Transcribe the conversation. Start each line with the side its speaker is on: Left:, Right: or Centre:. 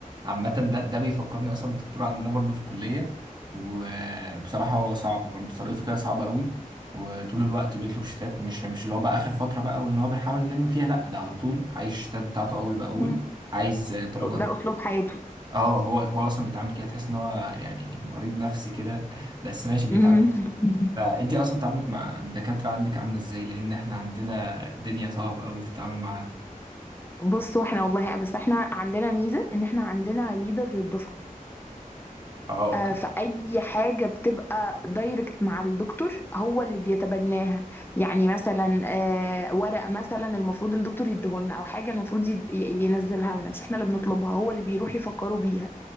Right: عامة ده ده بيفكرني أصلا بالدكتور عندنا برضه في الكلية وبصراحة هو صعب برضه طريقته كده صعبة قوي وطول الوقت بيطلب شتات مش مش اللي هو بقى آخر فترة بقى وإن هو بيحاول يلم فيها لأ ده على طول عايز الشتات بتاعته أول بأول
Left: مم.
Right: عايز آه، درجات
Left: ده اسلوب حياته
Right: اه هو هو أصلا بيتعامل كده تحس إن هو يعني مريض نفسي كده بس ماشي بنتعامل
Left: مم. <laughs>
Right: فأنتي أصلا تعاملك مع الدكاترة عندك عاملة إزاي لأن إحنا عندنا الدنيا صعبة قوي في التعامل معاهم
Left: بصوا احنا والله بس احنا عندنا ميزه ان احنا عندنا ليدر للدفعه
Right: اه اوكي
Left: آه، فأي حاجة بتبقى دايركت مع الدكتور هو اللي بيتبناها يعني مثلا آه، ورق مثلا المفروض الدكتور يديهولنا أو حاجة المفروض يد- ي- ينزلها لنا مش احنا اللي بنطلبها هو اللي بيروح يفكروا بيها